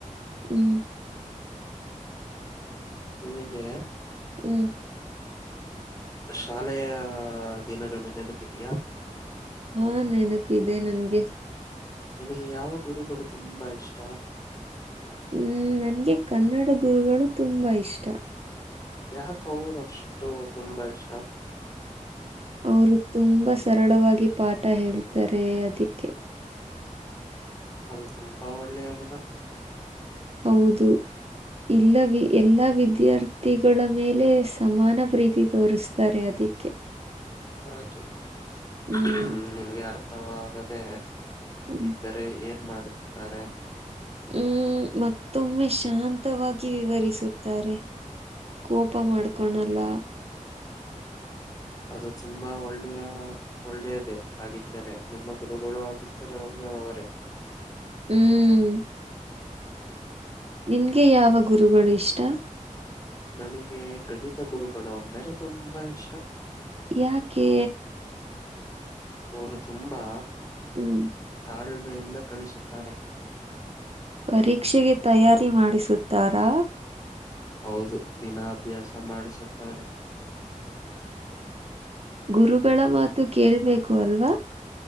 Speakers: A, on the right (about 50°); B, on the left (about 25°).
A: ಹ್ಮ್
B: ನಿಗೆ
A: ಹ್ಮ್
B: ಶಾಲೆಯ ದಿನಗಳು ನೆನಪಿದೆಯಾ
A: ಹಾ ನೆನಪಿ ಇದೆ ನನ್ಗೆ
B: ನಿಮಗೆ ಯಾವ ಗುರುಗಳು ತುಂಬಾ ಇಷ್ಟ
A: ಹ್ಮ್ ನನ್ಗೆ ಕನ್ನಡ ಗುರುಗಳು ತುಂಬಾ ಇಷ್ಟ
B: ಯಾಕ ಅವರುಷ್ಟು ತುಂಬಾ ಇಷ್ಟ
A: ಅವರು ತುಂಬಾ ಸರಳವಾಗಿ ಪಾಠ ಹೇಳ್ತಾರೆ ಅದಕ್ಕೆ.
B: ಅದು ತುಂಬಾ ಒಳ್ಳೆಯದು.
A: ಹೌದು. ಇಲ್ಲ ವಿ ಎಲ್ಲಾ ವಿದ್ಯಾರ್ಥಿಗಳ ಮೇಲೆ ಸಮಾನ ಪ್ರೀತಿ ತೋರಿಸ್ತಾರೆ. ಅದೇ ಅದಕ್ಕೆ.
B: ಹಾಗೆ
A: ಹ್ಮ್
B: ಮ ನಿಮ್ಗೆ ಅರ್ಥವಾಗದೆ.
A: ಹ್ಮ್
B: ಇದ್ದರೆ ಏನ್ ಮಾಡುತ್ತಾರೆ.
A: ಹ್ಮ್ ಮತ್ತೊಮ್ಮೆ ಶಾಂತವಾಗಿ ವಿವರಿಸುತ್ತಾರೆ. ಕೋಪ ಮಾಡ್ಕೊಣಲ್ಲ.
B: ಅದು ತುಂಬಾ ಒಳ್ಳೆಯ ಒಳ್ಳೆಯದೇ ಹಾಗಿದ್ದರೆ ನಿಮ್ಮ ಗುರುಗಳು ಆಗಿದ್ದರೆ ಒಳ್ಳೆ ವರೆ,
A: ಹ್ಮ್. ನಿನ್ಗೆ ಯಾವ ಗುರುಗಳು ಇಷ್ಟ.
B: ನನಗೆ ಗಣಿತ ಗುರುಗಳು ಅಂದರೆ ತುಂಬಾ ಇಷ್ಟ.
A: ಯಾಕೆ
B: ಅವರು ತುಂಬಾ,
A: ಹ್ಮ್.
B: ತಾಳ್ಮೆ ಇಂದ್ ಕಳಿಸುತ್ತಾರೆ.
A: ಪರೀಕ್ಷೆಗೆ ತಯಾರಿ ಮಾಡಿಸುತ್ತಾರಾ.
B: ಹೌದು ದಿನ ಅಭ್ಯಾಸ ಮಾಡಿಸುತ್ತಾರೆ.
A: ಗುರುಗಳ ಮಾತು ಕೇಳ್ಬೇಕು ಅಲ್ವಾ,